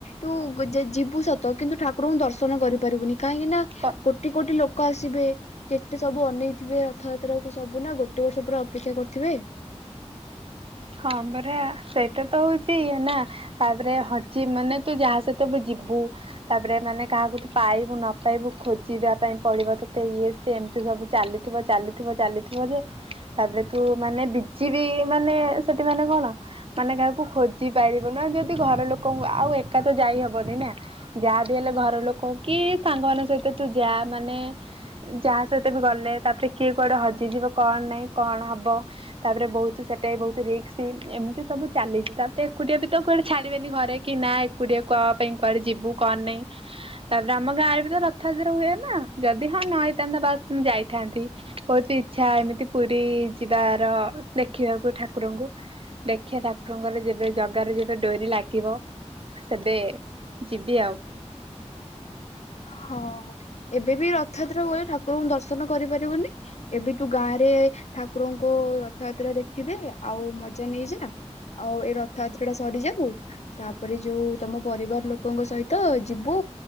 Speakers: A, on the left; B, on the right.
A: ତୁ ଗ ଜି ଯିବୁ ସତ କିନ୍ତୁ ଠାକୁରଙ୍କୁ ଦର୍ଶନ କରିପାରିବୁନି କାହିଁକି ନା
B: କ
A: କୋଟି କୋଟି ଲୋ କ ଆସିବେ କେତେ ସବୁ ଅନେଇଥିବେ ରଥଯାତ୍ରା କୁ ସବୁ ନା ଗୋଟେ ବର୍ଷ ପୁରା ଅପେକ୍ଷା କରିଥିବେ।
B: ହଁ ବରା ସେଇଟା ତ ହଉଛି ଇଏ ନା। ତାପରେ ହଜି ମାନେ ତୁ ଯାହା ସହିତ ବି ଯିବୁ। ତାପରେ ମାନେ କାହାକୁ ତୁ ପାଇବୁ ନ ପାଇବୁ ଖୋଜିବା ପାଇଁ ପଡ଼ିବ ତତେ ଇଏ ସେ ଏମିତି ସବୁ ଚାଲିଥିବ ଚାଲିଥିବ ଚାଲିଥିବ ଯେ ତାପରେ ତୁ ମାନେ ବିଜିବି ମାନେ ସେଠି ମାନେ କଣ? ମାନେ କାହାକୁ ଖୋଜି ପାରିବୁନା ଯଦି ଘର ଲୋକଙ୍କୁ ଆଉ ଏକାତ ଯାଇହବନି ନାଁ? ଯାହା ବିହେଲେ ଘର ଲୋକ କି ସାଙ୍ଗମାନଙ୍କ ସହିତ ତୁ ଯା ମାନେ ଯାହା ସହିତ ବି ଗଲେ ତାପରେ କିଏ କୁଆଡ଼େ ହଜିଯିବ କଣ ନାଇଁ କଣ ହବ? ତାପରେ ବହୁତ ସେଟା ବି ବହୁତ ରି କ୍ସ ଏମିତି ସବୁ ଚାଲିଛି ତାପରେ ଏକୁଟିଆ ବି ତ କୁଆଡ଼େ ଛାଡିବେନି ଘରେ କି ନା ଏକୁଡିଆ କଁ ପାଇଁ କୁଆଡ଼େ ଯିବୁ କଣ ନାଇଁ? ତାପରେ ଆମ ଗାଁରେ ବି ତ ରଥଯାତ୍ରା ହୁଏ ନା ଯଦି ହଁ ନ ହେଇଥାନ୍ତା ବାସ୍ ମୁଁ ଯାଇଥାନ୍ତି। ବହୁତ ଇଚ୍ଛା ଏମିତି ପୁରୀ ଯିବାର ଦେଖିବାକୁ ଠାକୁରଙ୍କୁ। ଦେଖିବା ଠାକୁରଙ୍କର ଯେବେ ଜଗାରେ ଯେବେ ଡୋରି ଲାଗିବ। ସେବେ ଯିବି ଆଉ।
A: ହଁ ଏବେ ବି ରଥଯାତ୍ରା ଗଲେ ଠାକୁରଙ୍କୁ ଦର୍ଶନ କରିପାରିବୁନି। ଏବେ ତୁ ଗାଁରେ ଠାକୁରଙ୍କ ରଥଯାତ୍ରା ଦେଖିଦେ ଆଉ ମଜା ନେଇଯା। ଆଉ ଏ ରଥଯାତ୍ରା ଟା ସରିଯାଉ। ତାପରେ ଯୋଉ ତମ ପରିବାର ଲୋକଙ୍କ ସହିତ ଯିବୁ